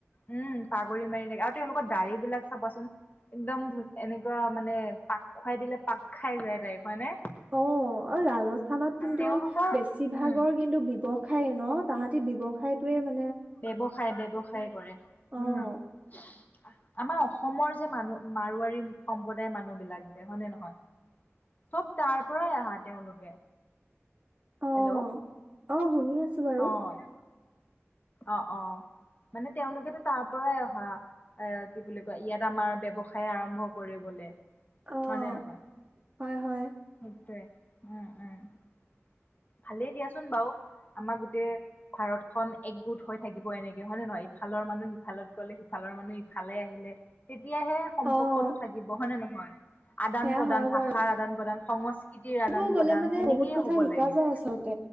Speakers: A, on the left; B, on the right.
A: উম পাগুৰি মাৰি আৰু তেওঁলোকৰ দা়ৰি বিলাক চাবাচোন একদম এনেকুৱা মানে পাক খুৱাই দিলে পাক খাই যায়। টাইপ হয় নে?
B: অ' ৰাজস্থানত কিন্তু
A: তেওঁলোকৰ
B: বেছিভাগৰ
A: উম
B: কিন্তু ব্যৱস সায় ন তাহাঁতি ব্যৱসায়টোৱে মা
A: ব্যৱসায় ব্যৱসায় কৰে উ'ম।
B: অ
A: আমাৰ অস অসমৰ যে মানুহ মাৰুৱাৰী সম্প্ৰদায়ৰ মানুহবিলাক যে হয়নে নহয় চব তাৰ পৰাই আহা তেওঁলোকে।
B: অ'
A: হেল্ল'
B: অ' শুনি আছো। বাৰু
A: অ'। অ' অ' মানে তেওঁলোকেতো তাৰ পৰাই অহা এ কি বুলি কয় ইয়াত আমাৰ ব্যৱসায় আৰম্ভ কৰিবলে। হয়
B: অ',
A: নে নহয়?
B: হয় -হয়।
A: সেইটোৱে উ'ম, উ'ম। ভালেই দিয়াচোন বাৰো আমাৰ গোটেই ভাৰতখন একগোট হৈ থাকিব এনেকে হয়নে নহয়। ইফালৰ মানুহ সিফালত গলে সিফালৰ মানুহ ইফালে আহিলে তেতিয়াহে সম্পৰ্কতটো
B: অ',
A: থাকিব হয় নে নহয়। আদান
B: সেয়া
A: প্ৰদান
B: হয় বাৰু
A: ভাষাৰ আদান প্ৰদান সং স্কৃতিৰ
B: এইবোৰ
A: আদান
B: গ'লে
A: প্ৰদান
B: মানে
A: সেনেকেইয়ে
B: বহুত কথা
A: হ'ব
B: শিকা
A: লাগিব।
B: যায় আচলতে